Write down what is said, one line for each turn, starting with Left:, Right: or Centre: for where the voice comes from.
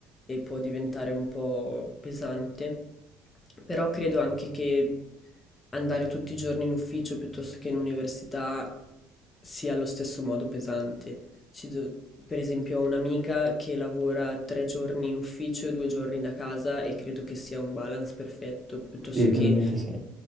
Left: e può diventare un po' pesante. Però credo anche che andare tutti i giorni in ufficio piuttosto che in università sia allo stesso modo pesante. Ci do- per esempio, ho un'amica che lavora tre giorni in ufficio e due giorni da casa e credo che sia un balance perfetto, piuttosto
Right: Sì,
Left: che
Right: probabilmente sì.